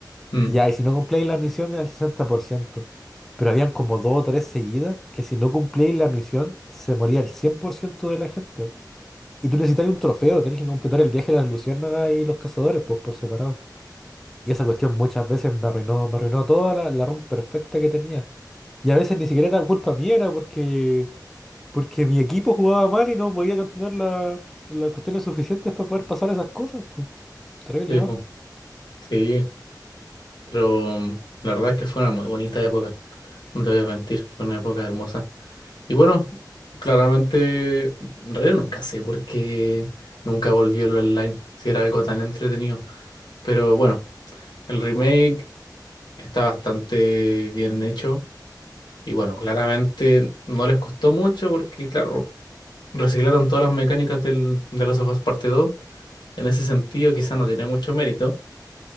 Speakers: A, on the left; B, in the centre.
A: mm,
B: Y ya, y si no cumplíais la misión era el 60%, Pero habían como dos o tres seguidas que si no cumplíais la misión se moría el 100% de la gente. Y tú necesitabas un trofeo, tenés que completar el viaje de las luciérnagas y los cazadores, pues por separado. Y esa cuestión muchas veces me arruinó, me arruinó toda la, la run perfecta que tenía. Y a veces ni siquiera era culpa mía, era porque porque mi equipo jugaba mal y no podía tener la- las cuestiones suficientes para poder pasar esas cosas. Pues, terrible
A: sí, po,
B: mal.
A: sí, pero mm, la verdad es que fue una muy bonita época, no te voy a mentir, fue una época hermosa. Y bueno, claramente, en realidad nunca sé por qué nunca volvió el online, si era algo tan entretenido. Pero bueno, el remake está bastante bien hecho Y bueno, claramente no les costó mucho porque, claro, reciclaron todas las mecánicas del, de Last of Us Parte dos En ese sentido, quizá no tiene mucho mérito,